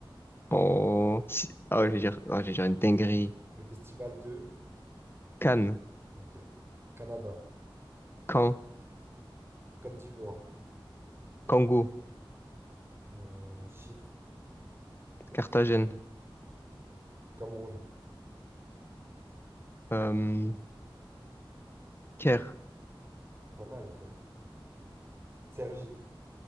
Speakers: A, on the left; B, on the right.
A: Oh, si- ah, ouais, je vais dire, ah, je vais dire une dinguerie.
B: Le festival de.
A: Cannes,
B: Ok. Canada.
A: Caen,
B: Côte d'Ivoire.
A: Congo,
B: euh, Chypre.
A: Carthagène.
B: Cameroun.
A: Euh, Kerr.
B: Pas mal, Caire. Sergi.